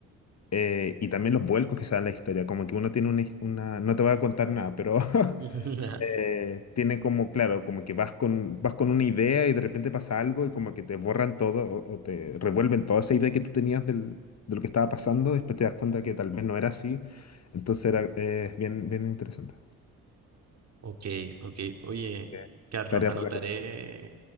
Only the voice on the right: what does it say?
<laughs>
Ok, ok. Oye,
Carlos,
anotaré